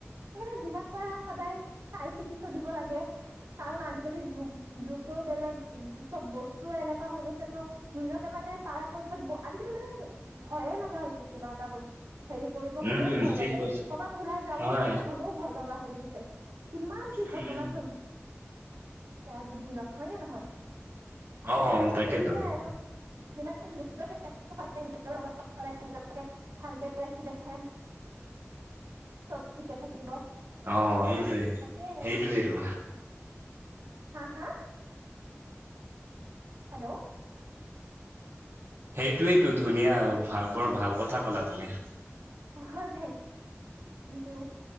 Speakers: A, on the right (about 85°); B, on the right (about 50°).
A: সেইকাৰণে যিমান পৰা সদায় চাই চিতি চলিব লাগে কাৰণ আজিকালি যুগ-যুগৰ বেলেগ চব বস্তু এনেকুৱা হৈ গৈছে তো নিজকে মানে পৰাপক্ষত আজিকালি মানে ভয়ে লগা হৈছে কিবা এটা বস্তু। হেৰি কৰিব হ'লেও
B: উম
A: ভয়
B: ঠিক
A: লাগে
B: কৈছে
A: কবাত ওলাই যাবৰ
B: হয়
A: কাৰণে হ'লেও ভয় লাগ হৈ গিছে কিমান কি
B: উম
A: ঘটনাস্থলী
B: উম
A: আজিৰ দিনত, হয় নে নহয়?
B: অ তাকেতো
A: সেইটোৱে আৰু <unintelligible> <unintelligible> সদায় নিজৰ লগত, সদায় নিজকে ভালকে ৰাখিলেহে চব ঠিকে থাকিব।
B: অ', সেইটোৱে,
A: তাকে আৰু
B: সেইটোৱেটো।
A: হা, হা? হেল্ল'।
B: সেইটোৱেইটো ধুনীয়া, ভাল বৰ ভাল। কথা ক'লা তুমি।
A: অ হয়, থেংক থেংক ইউ।